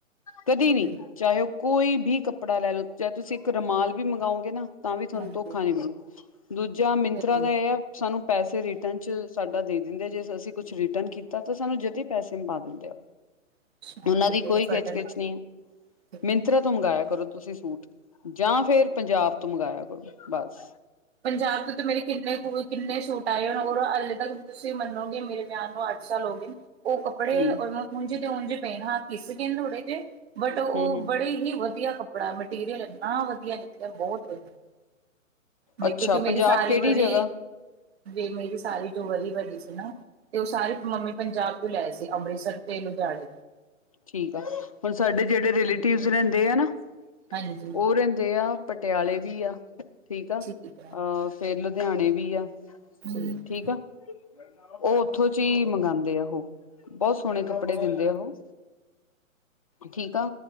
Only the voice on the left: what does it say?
ਕਦੀ ਨਹੀਂ
ਚਾਹੇ ਉਹ ਕੋਈ ਵੀ ਕੱਪੜੇ ਕੱਪੜਾ ਲੈ ਲਓ ਜ ਤੁਸੀਂ ਇੱਕ ਰੁਮਾਲ ਵੀ ਮੰਗਾਓਗੇ ਨਾ ਤਾਂ ਵੀ ਤੁਹਾਨੂੰ
ਧੋਖਾ ਨੀ ਮਲੇ ਦੂਜਾ ਮਿੰਤਰਾ
ਦਾ ਇਹ ਆ ਸਾਨੂੰ ਪੈਸੇ ਰਿਟਰਨ ਚ ਸਾਡਾ ਦੇ ਦਿੰਦੇ ਜੇ ਅਸੀਂ ਕੁਛ ਰਿਟਰਨ ਕੀਤਾ ਤਾਂ ਸਾਨੂੰ ਜਦ ਪੈਸੇ ਪਾ ਦਿੰਦੇ ਆ
ਉਹਨਾਂ
ਦੀ ਕੋਈ
ਖਿਚਕਿਚ
ਨਹੀਂ
ਆ
ਮਿੰਤਰਾ ਤੋਂ ਮੰਗਾਇਆ ਕਰੋ ਤੁਸੀਂ ਸੂਟ ਜਾਂ ਫੇਰ ਪੰਜਾਬ ਤੋਂ ਮੰਗਾਇਆ ਕਰੋ ਬਸ।
ਹਮ
ਹਮ ਹਮ
ਅੱਛਾ
ਪੰਜਾਬ
ਕਿਹੜੀ
ਜਗ੍ਹਾ
ਠੀਕ ਆ ਹੁਣ ਸਾਡੇ ਜਿਹੜੇ ਰਲੇਟਿਵ ਰਹਿੰਦੇ ਆ ਨਾ
ਉਹ ਰਹਿੰਦੇ ਆ ਪਟਿਆਲੇ ਵੀ ਆ ਠੀਕ ਆ
ਅਹ
ਫੇਰ ਲੁਧਿਆਣੇ ਵੀ ਆ
ਠੀਕ ਆ ਉਹ ਉੱਥੋਂ ਚ ਹੀ ਮੰਗਾਂਦੇ ਆ ਉਹ ਬਹੁਤ ਸੋਹਣੇ ਕੱਪੜੇ ਦਿੰਦੇ
ਆ ਉਹ ਠੀਕ ਆ